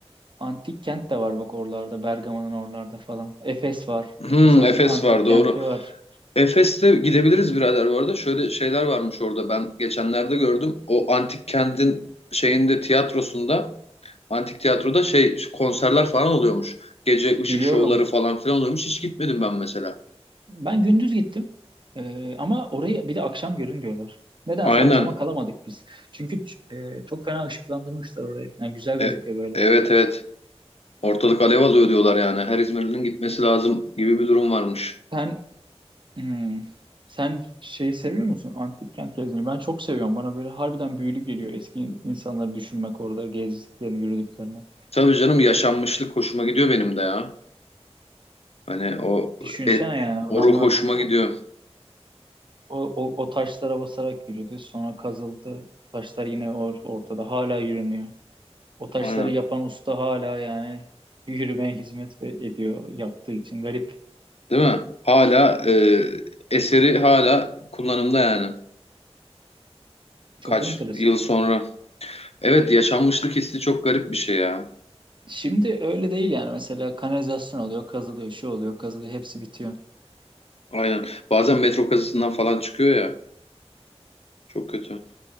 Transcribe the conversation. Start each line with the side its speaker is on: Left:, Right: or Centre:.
Right: Antik kent de var bak oralarda. Bergama'nın oralarda falan. Efes var.
Left: Hmm,
Right: Efes
Left: Efes
Right: Antik
Left: var
Right: kenti
Left: doğru.
Right: var.
Left: Efes'te gidebiliriz birader bu arada. Şöyle şeyler varmış orada ben geçenlerde gördüm. O antik kentin şeyinde tiyatrosunda antik tiyatroda şey konserler falan oluyormuş. Gece ışık
Right: Biliyorum.
Left: şovları falan filan oluyormuş. Hiç gitmedim ben mesela.
Right: Ben gündüz gittim. Ee, ama orayı bir de akşam görün diyorlar. Nedense
Left: Aynen.
Right: akşama kalamadık biz. Çünkü ç- e, çok fena ışıklandırmışlar orayı. Yani güzel gözüküyor
Left: E,
Right: böyle.
Left: evet evet. Ortalık alev alıyor diyorlar yani. Her İzmirli'nin gitmesi lazım gibi bir durum varmış.
Right: Sen hmm, sen şeyi seviyor musun? Antik kent gezmeyi. Ben çok seviyorum. Bana böyle harbiden büyülü geliyor eski insanları düşünmek orada gezdiklerini, yürüdüklerini.
Left: Tabii canım yaşanmışlık hoşuma gidiyor benim de ya. Hani o
Right: Düşünsene
Left: e,
Right: yani
Left: o
Right: adamlar
Left: ruh hoşuma
Right: o,
Left: gidiyor.
Right: o, o, o taşlara basarak yürüdü. Sonra kazıldı. Taşlar yine or- ortada. Hala yürünüyor. O taşları
Left: Aynen.
Right: yapan usta hala yani yürümeye hizmet ve- ediyor yaptığı için garip.
Left: Değil mi? Hala e, eseri hala kullanımda yani.
Right: Çok
Left: Kaç
Right: enteresan.
Left: yıl sonra. Evet yaşanmışlık hissi çok garip bir şey ya.
Right: Şimdi öyle değil yani mesela kanalizasyon oluyor, kazılıyor, şu oluyor, kazılıyor, hepsi bitiyor.
Left: Aynen. Bazen metro kazısından falan çıkıyor ya. Çok kötü.